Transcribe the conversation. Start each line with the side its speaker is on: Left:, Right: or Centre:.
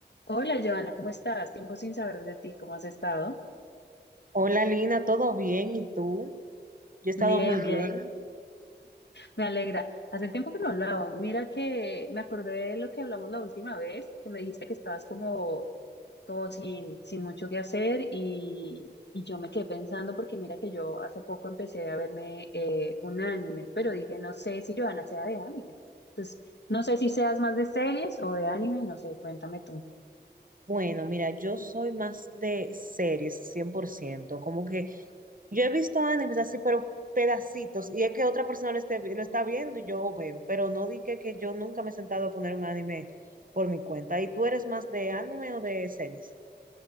Left: Hola, Joana, ¿cómo estás? Tiempo sin saber de ti, ¿cómo has estado?
Right: Hola Lina, ¿todo bien? ¿Y tú? Yo he estado
Left: Bien,
Right: muy
Left: bien,
Right: bien.
Left: me alegra. Hace tiempo que no hablaba. Mira que me acordé de lo que hablamos la última vez, que me dijiste que estabas como, como sin, sin mucho que hacer y, y yo me quedé pensando porque mira que yo hace poco empecé a verme eh, un anime, pero dije, no sé si Joana sea de anime. Entonces, no sé si seas más de series o de anime, no sé, cuéntame tú.
Right: Bueno, mira, yo soy más de series, 100%. Como que yo he visto animes así, pero pedacitos. Y es que otra persona lo, esté vi- lo está viendo y yo veo. Pero no di que, que yo nunca me he sentado a poner un anime por mi cuenta. ¿Y tú eres más de anime o de series?